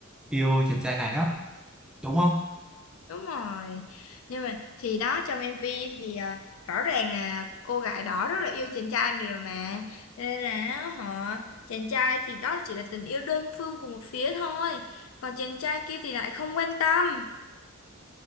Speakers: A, in the centre; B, on the left.
A: yêu chàng trai này đó đúng không
B: đúng rồi nhưng mà thì đó trong MV thì à, rõ ràng là cô gái đó rất là yêu chàng trai này rồi mà Cho nên là họ chàng trai thì đó chỉ là tình yêu đơn phương của một phía thôi còn chàng trai kia thì lại không quan tâm